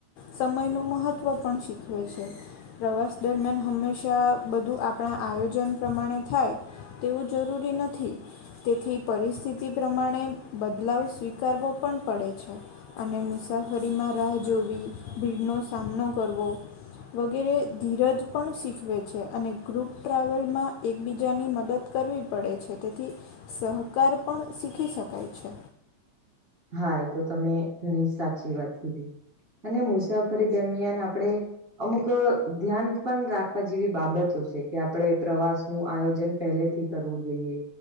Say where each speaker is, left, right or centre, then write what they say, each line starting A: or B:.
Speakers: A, on the left; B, on the right.
A: સમયનું મહત્વ પણ શીખવે છે. પ્રવાસ દરમિયાન હંમેશા બધું આપણા આયોજન પ્રમાણે થાય. તેવું જરૂરી નથી તેથી પરિસ્થિતિ પ્રમાણે.. બદલાવ સ્વીકારવો પણ પડે છે. અને મુસાફરીમાં રાહ જોવી, ભીડનો સામનો કરવો.. વગેરે ધીરજ પણ શીખવે છે, અને ગ્રુપ ટ્રાવેલમાં એકબીજાની મદદ કરવી. પડે છે તેથી સહકાર પણ શીખી શકાય છે.
B: હા, એ તો તમે ઘણી સાચી વાત કીધી. અને મુસાફરી દરમિયાન આપડે. અમુક ધ્યાન પણ રાખવા જેવી બાબતો છે કે આપણે પ્રવાસ નું આયોજન.. પહેલેથી કરવું જોઈએ,